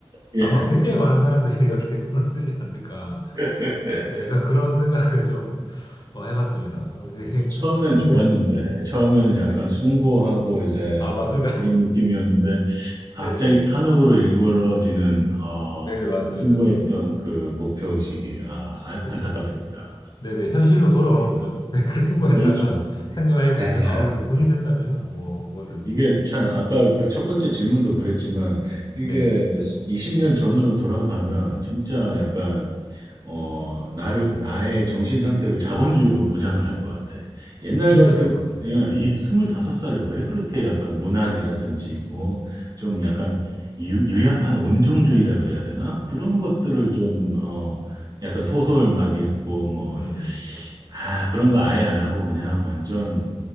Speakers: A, on the right; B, on the left.
A: 예.
B: 아마 굉장히 많은 사람들이 <laughs> 여기에 돈을 쓰지 않을까
A: <laughs>
B: 약간 약간 그런 생각을 좀 어, 해봤습니다. 어, 이게
A: 처음엔
B: <laughs> 그런
A: 좋았는데,
B: 게 좀,
A: 처음에는
B: 네.
A: 약간 숭고하고 이제
B: 아, 맞습니다.
A: 그런 느낌이었는데,
B: <laughs>
A: 갑자기
B: 네네네.
A: 탐욕으로 일그러지는, 어,
B: 네네, 맞습니다.
A: 숭고했던
B: 맞습니다.
A: 그 목표의식이, 아, 안-
B: 그렇죠,
A: 안타깝습니다.
B: 네. 네네, 현실로 돌아오는 거죠. <laughs> 그 순간에다가
A: 그렇죠.
B: 생각을 해보면,
A: 예.
B: 아우, 이거 돈이 된다면, 뭐, 뭐든.
A: 이게 참, 아까 그 첫 번째 질문도 그랬지만, 이게
B: 네,
A: 20년 전으로 돌아가면 진짜
B: 네.
A: 약간 어, 나를, 나의 정신 상태를 자본주의로 무장을 할 것 같아. 옛날
B: 진짜
A: 같은,
B: 그럴 것 같아요.
A: 예,
B: 네.
A: 이 25살에 왜 그렇게 약간 문학이라든지, 뭐,
B: 음,
A: 좀 약간 유, 유약한 온정주의라 그래야 되나? 그런 것들을 좀, 어, 약간 소설 막 읽고, 뭐,
B: 음,
A: 아, 그런 거 아예 안 하고 그냥 완전
B: 음.